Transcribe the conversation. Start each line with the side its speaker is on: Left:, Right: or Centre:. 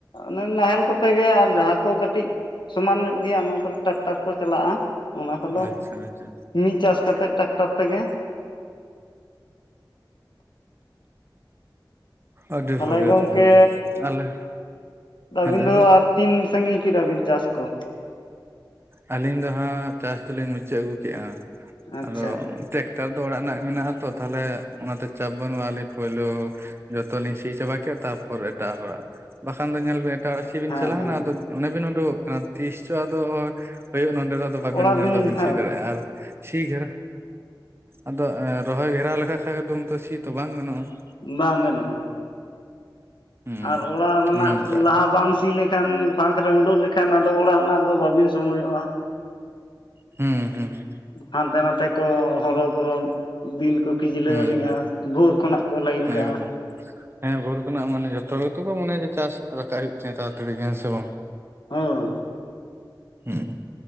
Left: ᱚᱱᱮ ᱱᱟᱦᱮᱞ ᱠᱚᱛᱮ ᱜᱮ ᱟᱨ ᱡᱟᱦᱟᱸ ᱠᱚ ᱠᱟᱹᱴᱤᱡ ᱥᱚᱢᱟᱱ ᱧᱚᱜ ᱜᱮᱭᱟ ᱚᱱᱟ ᱠᱚᱨᱮ ᱴᱨᱟᱠᱴᱟᱨ ᱠᱚ ᱪᱟᱞᱟᱜᱼᱟ ᱾ ᱚᱱᱟ ᱠᱚᱫᱚ
Right: ᱟᱪᱪᱷᱟ ᱟᱪᱪᱷᱟ
Left: ᱢᱤᱫ ᱪᱟᱥ ᱠᱟᱛᱮᱜ ᱴᱨᱟᱠᱴᱟᱨ ᱛᱮᱜᱮ ᱾
Right: ᱟᱹᱰᱤ
Left: ᱛᱟᱞᱮ
Right: ᱵᱷᱟᱜᱮ
Left: ᱜᱚᱝᱠᱮ
Right: ᱟᱹᱰᱤ ᱵᱷᱟᱜᱮ ᱟᱞᱮ
Left: ᱟᱹᱵᱤᱱ
Right: ᱦᱮᱸ ᱞᱟᱹᱭ
Left: ᱫᱚ
Right: ᱵᱤᱱ
Left: ᱟᱨ ᱛᱤᱱ ᱥᱟᱺᱜᱤᱧ ᱠᱮᱫᱟᱵᱤᱱ ᱪᱟᱥ ᱠᱚ?
Right: ᱟᱹᱞᱤᱧ ᱫᱚ ᱦᱟᱸᱜ ᱪᱟᱥ ᱫᱚᱞᱤᱧ ᱢᱩᱪᱟᱹᱫ ᱟᱹᱜᱩ ᱠᱮᱜᱼᱟ
Left: ᱟᱪᱪᱷᱟ
Right: ᱟᱫᱚ ᱴᱮᱠᱴᱟᱨ ᱫᱚ ᱚᱲᱟᱜ ᱨᱮᱱᱟᱜ ᱢᱮᱱᱟᱜᱼᱟ ᱟᱛᱚ ᱛᱟᱞᱦᱮ ᱚᱱᱟᱛᱮ ᱪᱟᱯ ᱵᱟᱹᱱᱩᱜᱼᱟ ᱟᱹᱞᱤᱧ ᱯᱳᱭᱞᱳ ᱾ ᱡᱚᱛᱚ ᱞᱤᱧ ᱥᱤ ᱪᱟᱵᱟᱠᱮᱜ-ᱟ ᱛᱟᱨᱯᱚᱨ ᱮᱴᱟᱜ ᱦᱚᱲᱟᱜ ᱵᱟᱠᱷᱟᱱ ᱫᱚ ᱧᱮᱞᱵᱤᱱ ᱮᱴᱟᱜ ᱦᱚᱲᱟᱜ ᱥᱤᱵᱤᱱ
Left: ᱦᱮᱸ
Right: ᱪᱟᱞᱟᱣᱱᱟ
Left: ᱦᱮᱸ
Right: ᱟᱫᱚ ᱚᱱᱮ ᱵᱤᱱ ᱩᱰᱳᱠᱚᱜ ᱠᱟᱱᱟ ᱛᱤᱥ ᱪᱚ ᱟᱫᱚ ᱦᱳᱭᱳᱜ ᱱᱚᱰᱮ ᱫᱚ ᱾ ᱵᱟᱵᱤᱱ
Left: ᱚᱲᱟᱜ
Right: ᱧᱮᱞ
Left: ᱵᱤᱱ
Right: ᱵᱟᱵᱤᱱ
Left: ᱦᱮᱸ
Right: ᱥᱤ ᱫᱟᱲᱮᱭᱟᱜᱼᱟ ᱟᱨ ᱾ ᱥᱤ ᱜᱷᱮᱨᱟ ᱟᱫᱚ ᱨᱚᱦᱚᱭ ᱜᱷᱮᱨᱟᱣ ᱞᱮᱠᱷᱟ ᱠᱷᱟᱱ ᱫᱚ ᱱᱤᱛᱚ ᱥᱤ ᱛᱚ ᱵᱟᱝ ᱜᱟᱱᱚᱜᱼᱟ ᱾
Left: ᱵᱟᱝ ᱜᱟᱱᱚᱜᱼᱟ ᱾
Right: ᱦᱩᱸ
Left: ᱟᱨ ᱚᱲᱟᱜ ᱨᱮᱱᱟᱜ
Right: ᱚᱱᱮ ᱚᱱᱠᱟ
Left: ᱞᱟᱦᱟ ᱵᱟᱝ ᱥᱤ ᱞᱮ ᱠᱷᱟᱱ ᱯᱷᱟᱸᱠ ᱨᱮ ᱩᱰᱳᱹᱜ ᱞᱮᱠᱷᱟᱱ ᱟᱫᱚ ᱚᱲᱟᱜ ᱨᱮᱱᱟᱜ ᱫᱚ ᱵᱟᱹᱵᱤᱱ ᱥᱚᱢᱚᱭᱚᱜᱼᱟ ᱾
Right: ᱦᱩᱸ ᱦᱩᱸ ᱾
Left: ᱦᱟᱱᱛᱮ ᱱᱟᱛᱮ ᱠᱚ ᱦᱚᱨᱚ ᱵᱚᱨᱚ ᱫᱤᱱ ᱠᱚ ᱠᱷᱤᱡᱞᱟᱹ
Right: ᱦᱩᱸ
Left: ᱟᱹᱱᱤᱡᱼᱟ
Right: ᱦᱩᱸ
Left: ᱵᱷᱳᱨ ᱠᱷᱚᱱᱟᱜ ᱠᱚ ᱞᱟᱭᱤᱱ ᱠᱟᱜᱼᱟ
Right: ᱮᱠᱫᱚᱢ
Left: ᱾
Right: ᱦᱮᱸ ᱵᱷᱳᱨ ᱠᱷᱚᱱᱟᱜ ᱢᱟᱱᱮ ᱡᱚᱛᱚ ᱜᱮᱛᱚ ᱠᱚ ᱢᱚᱱᱮᱭᱟ ᱪᱟᱥ ᱨᱟᱠᱟᱜ ᱦᱩᱭᱩᱜ ᱛᱤᱧᱟᱹ ᱛᱟᱲᱟᱛᱟᱲᱤ ᱜᱮ ᱦᱮᱸ ᱥᱮ ᱵᱟᱝ
Left: ᱦᱳᱭ
Right: ᱦᱩᱸᱜᱼᱦᱩᱸ